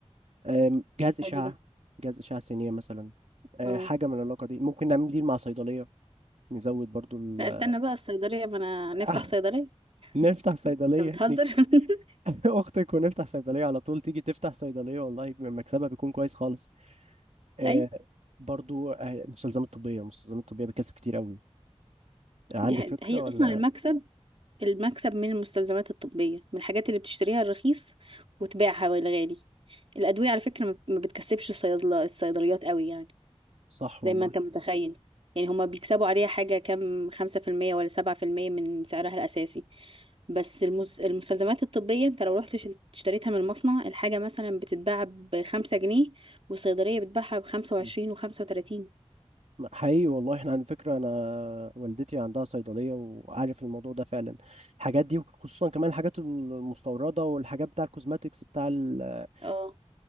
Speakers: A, on the right (about 75°); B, on the right (about 60°).
A: آم، جهاز إشعة
B: حلو ده
A: جهاز إشعة سينية مثلا آه،
B: اه
A: حاجة من العلاقة دي ممكن نعمل دي مع صيدلية نزود برضو ال
B: لا استنى بقى الصيدلية ما انا
A: <laughs> أخ،
B: نفتح صيدلية
A: نفتح صيدلية
B: انت بتهزر
A: نيجي
B: <laughs>
A: <laughs> أختك ونفتح صيدلية على طول تيجي تفتح صيدلية والله مكسبها بيكون كويس خالص آه،
B: اي
A: برضو آه، المستلزمات الطبية المستلزمات الطبية بتكسب كتير قوي عندك
B: دي ه-
A: فكرة
B: هي
A: ولا
B: اصلا المكسب المكسب من المستلزمات الطبيه من الحاجات اللي بتشتريها الرخيص وتبيعها بالغالي الادويه على فكره ما ما بتكسبش الصيادله الصيدليات قوي يعني
A: صح
B: زي
A: والله
B: ما انت متخيل يعني هما بيكسبوا عليها حاجه كام 5% ولا 7% من سعرها الاساسي بس المس... المستلزمات الطبيه انت لو رحت شل- اشتريتها من المصنع الحاجه مثلا بتتباع بخمسة جنيه والصيدليه بتباعها بخمسة وعشرين
A: مم.
B: وخمسة وتلاتين
A: حقيقي والله احنا على فكرة انا والدتي عندها صيدلية وعارف الموضوع ده فعلا الحاجات دي وخصوصا كمان الحاجات المستوردة والحاجات بتاع الكوزماتيكس بتاع البنات
B: اه